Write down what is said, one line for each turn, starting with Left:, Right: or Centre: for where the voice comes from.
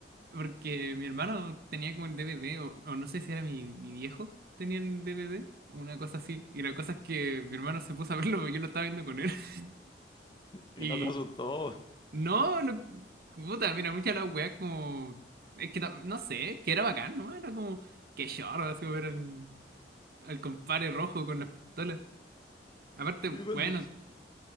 Right: Porque mi hermano tenía como el DVD, o, o no sé si era mi, mi viejo, tenía el DVD, una cosa así. Y la cosa es que mi hermano se puso a verlo, porque yo lo estaba viendo con él. <laughs>
Left: Y
Right: Y
Left: no te asustó.
Right: no, no- puta, mira, muchas de las weas como... Es que ta- no sé, que era bacán, ¿no? Era como, qué chorro, así ver al, al compadre rojo con las pistolas. Aparte,
Left: Y cuando,
Right: bueno,
Left: ch-